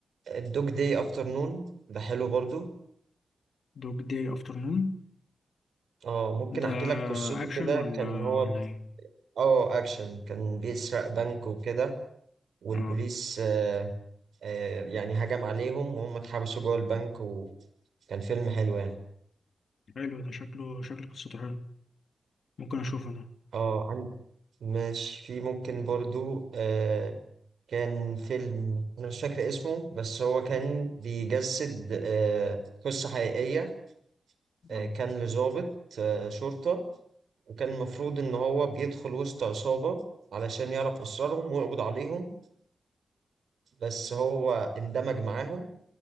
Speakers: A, on the right (about 80°); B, on the left (about 70°).
A: الدوج داي افتر نون ده حلو برضو
B: دوج داي افترنون
A: اه ممكن
B: ده
A: احكي لك قصته
B: اكشن
A: كده
B: ولا
A: كان هو
B: ولا ايه
A: اه اكشن كان بيسرق بنك وكده والبوليس
B: اه
A: آه آه يعني هجم عليهم وهم اتحبسوا جوه البنك وكان فيلم حلو يعني
B: حلو ده شكله شكل قصته حلو ممكن اشوفه ده
A: اه ماشي في ممكن برضو آه كان فيلم أنا مش فاكر اسمه بس هو كان بيجسد آه قصة حقيقية آه
B: آه.
A: كان لضابط آه شرطة وكان المفروض إن هو بيدخل وسط عصابة علشان يعرف أسرارهم ويقبض عليهم بس هو اندمج معاهم